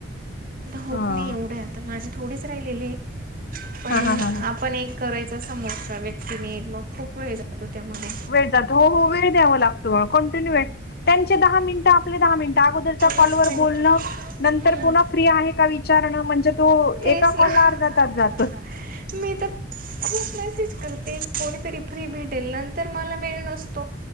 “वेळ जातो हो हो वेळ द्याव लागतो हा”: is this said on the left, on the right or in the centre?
Left